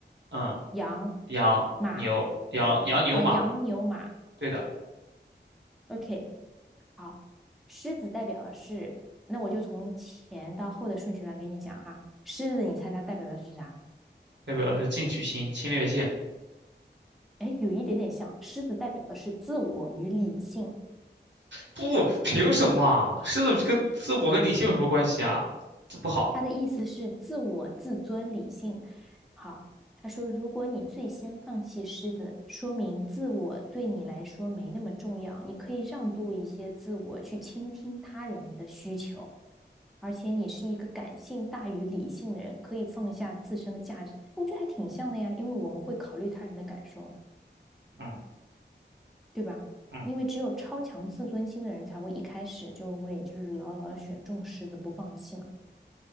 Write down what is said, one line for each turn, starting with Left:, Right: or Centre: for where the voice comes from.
Right: 嗯，
Centre: 羊、
Right: 羊、
Centre: 马，
Right: 牛、羊、羊、牛、
Centre: 呃，
Right: 马，
Centre: 羊、牛、马。
Right: 对的，
Centre: OK，好，狮子代表的是，那我就从前到后的顺序来给你讲哈。狮子，你猜它代表的是啥？
Right: 代表的是进取心、侵略性。
Centre: 哎，有一点点像，狮子代表的是自我与理性，
Right: 不，凭什么啊狮子跟自我跟理性有什么关系啊？这不好。
Centre: 他的意思是自我、自尊、理性。好，他说，如果你最先放弃狮子，说明自我对你来说没那么重要，你可以让渡一些自我，去倾听他人的需求。而且你是一个感性大于理性的人，可以放下自身的价值。我觉得还挺像的呀，因为我们会考虑他人的感受，
Right: 嗯
Centre: 对吧？
Right: 嗯，
Centre: 因为只有超强自尊心的人才会一开始就会就是牢牢的选中狮子不放弃嘛。